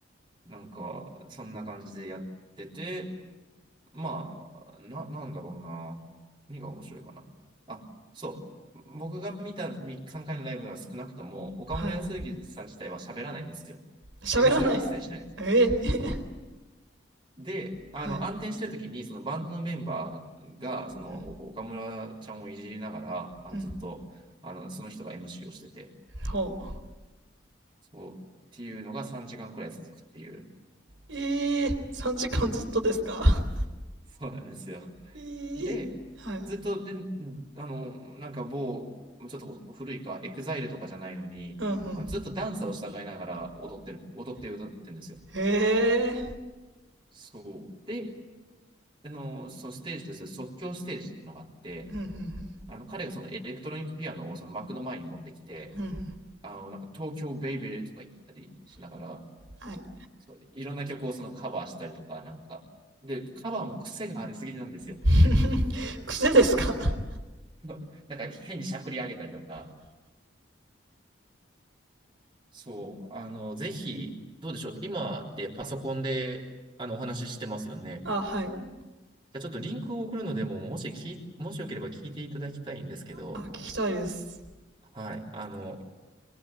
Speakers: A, on the right; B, on the right.
A: なんか、そんな感じでやってて、まあ、な、なんだろうな。何が面白いかな。あ、そう。僕が見た3、回のライブは少なくとも、岡村康之さん自体は喋らないんですよ。
B: はい。喋らない。
A: MC を一切しないんです。
B: ええ
A: そう。で、あの、
B: <laughs> はい。
A: 暗転してる時に、そのバンドのメンバーが、その、
B: うん。
A: お岡村ちゃんをいじりながら、あの、
B: うん。
A: ずっと、あの、その人が MC をしてて、
B: ほう。
A: そう、っていうのが3時間くらい続くっていう。
B: ええ3時間ずっとですか。
A: そうなんですよ。
B: ええーはい。
A: で、ずっと、で、あの、なんか某、ちょっと古いか、エグザイルとかじゃないのに、
B: うん
A: あのずっとダンサーを従いながら踊ってる、
B: うん。
A: 踊って歌ってるんですよ。
B: へえ
A: そう。で、あの、そのステージとして即興ステージっていうのがあって、
B: うんうんうん。
A: あの、彼がそのエレクトロニックピアノをその幕の前に持ってきて、
B: うんうん。
A: あの、なんか東京ベイベーとか言ったりしながら、
B: はい。
A: そう、いろんな曲をそのカバーしたりとか、なんか、で、カバーも癖がありすぎなんですよ、
B: <laughs>
A: 本当に。
B: 癖ですか
A: <laughs> なんか変にしゃくり上げたりとか、そう、あの、ぜひ、どうでしょう。今ってパソコンで、あの、お話ししてますよね。
B: あ、はい。
A: じゃあちょっとリンクを送るのでも、もしき、もしよければ聞いていただきたいんですけど、
B: あ、聞きたいです。
A: はい。あの、